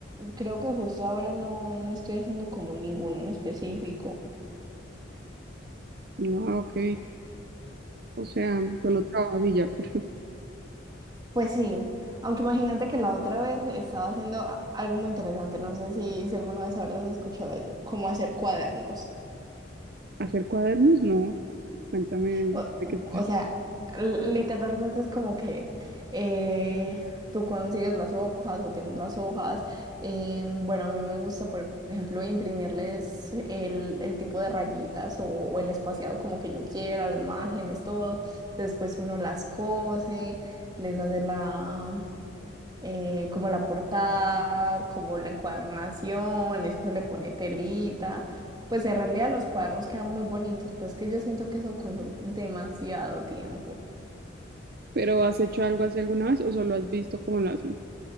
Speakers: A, on the right; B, on the right.
A: creo que justo ahora no, no estoy haciendo como ninguno en específico.
B: No, ah, ok. O sea, solo trabajas y ya. <laughs>
A: Pues sí, aunque imagínate que la otra vez estaba haciendo a- algo muy interesante, no sé si, si alguna vez habrás escuchado ello, cómo hacer cuadernos.
B: ¿Hacer cuadernos? No. Cuéntame
A: O,
B: de qué se
A: o
B: trata.
A: sea, l- literalmente es como que eh, tú consigues las hojas o tienes las hojas. em, bueno, a mí me gusta, por ejemplo, imprimirles el, el tipo de rayitas o, o el espaciado como que yo quiera, los márgenes, todo. Después uno las cose, les hace la... eh, como la portada, como la encuadernación, eso le pone telita. Pues en realidad los cuadernos quedan muy bonitos, pero es que yo siento que eso consume demasiado tiempo.
B: ¿Pero has hecho algo así alguna vez o solo has visto cómo lo hacen?